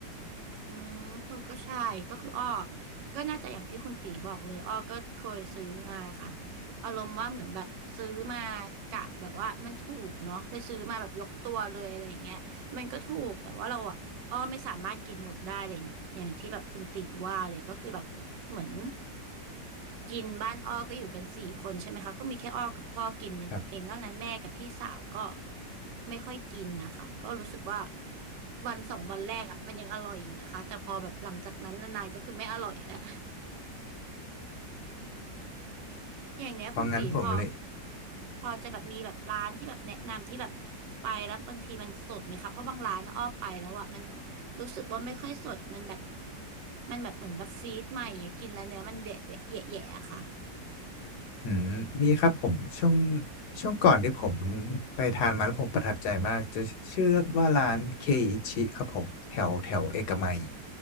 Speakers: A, on the right; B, on the left.
A: อืมเออก็ใช่ก็คืออ้อก็น่าจะอย่างที่คุณตีบอกเลยอ้อก็เคยซื้อมาค่ะอารมณ์ว่าเหมือนแบบซื้อมากะแบบว่ามันถูกเนาะไปซื้อมาแบบยกตัวเลยอะไรอย่างเงี้ยมันก็ถูกแต่ว่าเราอะ อ้อไม่สามารถกินหมดได้เลยอย่างที่แบบคุณติว่าเลยก็คือแบบเหมือนกินบ้านอ้อก็อยู่กันสี่คนใช่ไหมคะก็มีแค่อ้อกับพ่อกินเองนอกนั้นแม่กับพี่สาวก็
B: ครับ
A: ไม่ค่อยกินนะคะก็รู้สึกว่าวันสองวันแรกอ่ะมันยังอร่อยอยู่นะคะแต่พอแบบหลังจากนั้นนานๆก็คือไม่อร่อยแล้ว อย่างเนี้ยคุณตีพอ
B: เพราะงั้นผมเลย
A: พอจะแบบมีแบบร้านที่แบบแนะนำที่แบบไปแล้วบางทีมันสดไหมคะเพราะบางร้านนะอ้อไปแล้วอ่ะมันรู้สึกว่าไม่ค่อยสดมันแบบมันแบบเหมือนแบบฟีดใหม่อย่างเงี้ยกินแล้วเนื้อมันแหวะแหวะแหยะแหยะอะค่ะ
B: อืมมีครับผมช่วงช่วงก่อนที่ผมไปทานมาแล้วผมประทับใจมากจะชื่อว่าร้านเคอิชิครับผมแถวแถวเอกมัย